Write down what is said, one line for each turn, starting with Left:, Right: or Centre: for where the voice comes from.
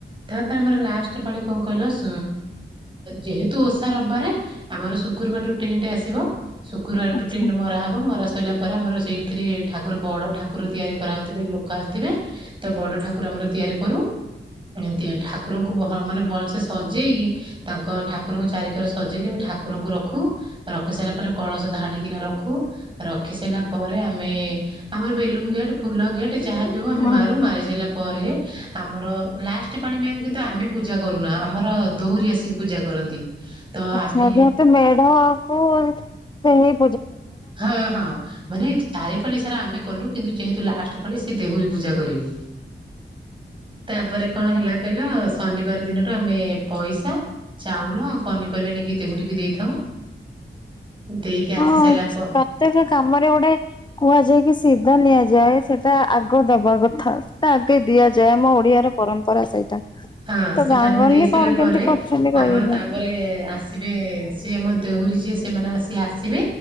Right: ତାପରେ ଆମର ଲାଷ୍ଟ ପାଳି କଣ କହିଲ ସ ଯେହେତୁ ଓଷା ରବିବାରେ ଆମର ଶୁକ୍ରବାର ଟୁ ଟେଣ୍ଟ ଆସିବ ଶୁକ୍ରବାର ଟୁ
Left: ଆଚ୍ଛା
Right: ଟେଣ୍ଟ ମରା ହବ ମରା ସରିଲା ପରେ ଆମର ସେଇ ଏଥିରେ ଠାକୁର ବଡ଼ ଠାକୁର ତିଆରି କରାଯାଉଥିବେ ଲୋକ ଆସିଥିବେ ତ ବଡ ଠାକୁର ଆମେ ତିଆରି କରୁ। <unintelligible> ଠାକୁରଙ୍କୁ ମାନେ ଭଲ ସେ ସଜେଇକି ତାଙ୍କ ଠାକୁରଙ୍କ ଚାରି ଘର ସଜେଇକି ଠାକୁରଙ୍କୁ ର ରଖୁ। ରଖି ସାରିଲା ପରେ କଳସ ଧାଡିକିନା ରଖୁ। ରଖି ସାରିଲା ପରେ ଆମେ ଆମର ବେଲୁନ ଗେଟ୍ ଫୁଲ ଗେଟ୍ ଯାହା ବି ହେଉ ଆମେ
Left: ହଁ।
Right: ମାରୁ ମାରି ସାରିଲା ପରେ ଆମର ଲାଷ୍ଟ ପାଳି ମ୍ୟାମ କିନ୍ତୁ ଆମେ ପୂଜା କରୁନା। ଆମର ଦେହୁରୀ ଆସିକି ପୂଜା କରନ୍ତି। ତ
Left: ଆଚ୍ଛା
Right: ଆମେ
Left: ଯେହେତୁ ମେଢକୁ ସେଇ
Right: ହଁ ହଁ ମାନେ ଚାରିପାଳି ସେରା ଆମେ କଲୁ କିନ୍ତୁ ଯେହେତୁ ଲାଷ୍ଟ ପାଳି ସେ ଦେହୁରୀ ପୂଜା କରିବେ। ତାପରେ କଣ ହେଲା କହିଲ ଶନିବାର ଦିନଠୁ ଆମେ ପଇସା ଚାଉଳ ଆଉ ପନିପରିବା ନେଇକି ଦେହୁରୀ କି ଦେଇଥାଉ।
Left: <inaudible>
Right: ଦେଇକି
Left: ହଁ
Right: ଆସି ସାରିଲା ପ
Left: ପ୍ରତ୍ୟେକ କାମରେ ଗୋଟେ କୁହାଯାଏ କି ସିଧ ନିଆଯାଏ। ସେଟା ଆଗ ଦେବା କଥା। ଟା ଆଗେ ଦିଆଯାଏ ଆମ ଓଡିଆର ପରମ୍ପରା ସେଇଟା।
Right: ହଁ
Left: ତ
Right: ସେଟା
Left: ଗାଁ
Right: ଆମେ
Left: ଗହଳିରେ
Right: ଦେଇ ସାରିଲା
Left: କଣ
Right: ପରେ
Left: କେମିତି କରୁଛନ୍ତି କହିବେନି
Right: ଆମର ତାପରେ ଆସିବେ ସିଏ ମ ଦେହୁରୀ ଯିଏ ସେମାନେ ଆସି ଆସିବେ।